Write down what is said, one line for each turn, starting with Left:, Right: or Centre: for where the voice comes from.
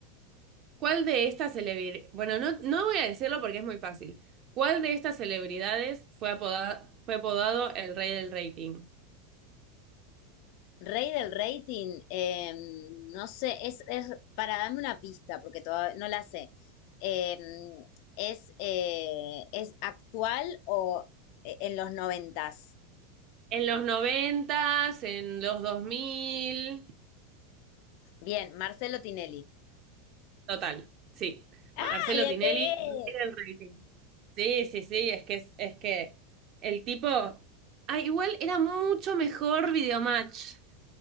Right: ¿Cuál de estas celebridades? Bueno, no, no voy a decirlo porque es muy fácil. ¿Cuál de estas celebridades fue apodado, fue apodado el rey del rating?
Left: Rey del rating, eh, no sé, es, es para darme una pista, porque todavía no la sé. Eh, es, eh, ¿Es actual o eh, en los noventas?
Right: En los noventas, en los 2000,
Left: Bien, Marcelo Tinelli.
Right: total, sí.
Left: ¡Ah,
Right: Marcelo
Left: le
Right: Tinelli,
Left: pegué!
Right: rey del rating. Sí, sí, sí, es que, es, es que el tipo, ah, igual era mucho mejor Videomatch.